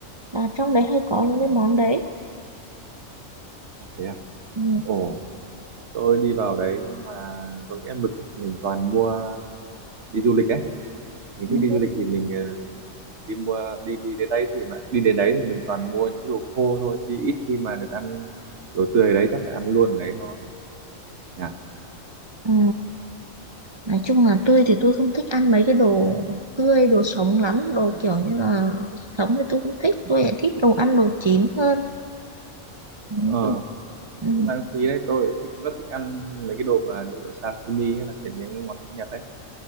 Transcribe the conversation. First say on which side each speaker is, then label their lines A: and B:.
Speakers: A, on the right; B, on the right.
A: À, trong đấy hay có những
B: à,
A: cái món đấy.
B: à, thế à
A: Ừ.
B: ồ tôi đi vào đấy nhưng mà có nghĩa mực mình toàn mua đi du lịch ấy mình
A: ừ.
B: thích đi du lịch thì mình ờ, đi mua đi đi đến đấy thì mà đi đến đấy thì mình toàn mua những cái đồ khô thôi chứ ít khi mà được ăn đồ tươi đấy chắc là ăn luôn đấy thôi nhỉ
A: Ừ, Nói chung là tôi thì tôi không thích ăn mấy cái đồ tươi, đồ sống lắm, đồ kiểu như là sống thì tôi không thích, tôi lại thích đồ ăn đồ chín hơn. Ừ.
B: ờ
A: Ừ.
B: cũng lãng phí đấy tôi thích rất thích ăn mấy cái đồ mà như kiểu sashimi hay là kiểu những cái món Nhật đấy